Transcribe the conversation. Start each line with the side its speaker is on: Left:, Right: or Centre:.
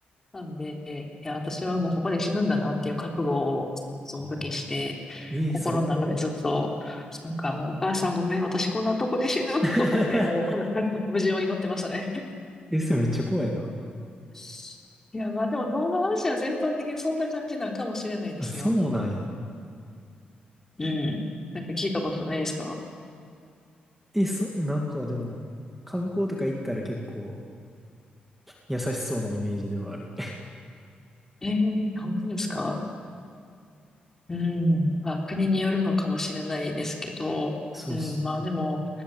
Left: なんで、いや、私はもうここで死ぬんだなっていう覚悟をその時して、
Centre: あえ、
Left: 心の中でずっと、
Centre: それ怖っ
Left: なんかもうお母さんごめん、私こんなとこで死ぬと思って、
Centre: <laughs>
Left: もうなんか無事を祈ってましたね。
Centre: え、それめっちゃ怖いな。
Left: <laughs> いや、まあでも東南アジア全般的にそんな感じなんかもしれないですよ。
Centre: あ、そうなんや。
Left: うん。なんか聞いたことないですか
Centre: え、そ、なんかでも、観光とか行ったら結構優しそうなイメージではある。
Left: ええ本当ですかうん。まあ、国によるのかもしれないですけど、
Centre: <laughs> そうっすね。
Left: うん、まあでも、